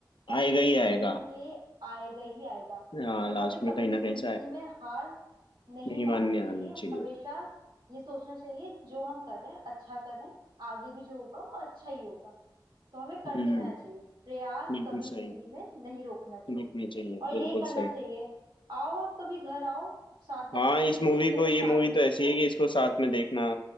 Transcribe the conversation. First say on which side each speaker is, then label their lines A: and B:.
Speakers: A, on the right (about 75°); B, on the left (about 80°).
A: हर
B: आएगा
A: जगह
B: ही
A: घूम
B: आएगा
A: के आएगा ही आएगा
B: हाँ
A: तो
B: लास्ट
A: हमें
B: में
A: कभी
B: कहीं
A: भी
B: ना कहीं
A: जिंदगी
B: से आए
A: में हार नहीं
B: नहीं
A: माननी
B: मानने
A: चाहिए
B: आनी चाहिए
A: हमेशा ये सोचना चाहिए जो हम कर रहे हैं अच्छा कर रहे हैं आगे भी जो होगा वो अच्छा ही होगा तो हमें करते
B: हम्म
A: रहना चाहिए प्रयास
B: बिल्कुल
A: कभी
B: सही
A: जिंदगी में नहीं रोकना चाहिए
B: रुकने चाहिए
A: और यही
B: बिल्कुल
A: करना
B: सही
A: चाहिए आओ आप कभी घर आओ साथ बैठते
B: हाँ इस
A: हैं ये
B: मूवी
A: पिक्चर
B: को
A: को
B: ये
A: साथ
B: मूवी
A: में देखते
B: तो ऐसी
A: हैं
B: है कि इसको साथ में देखना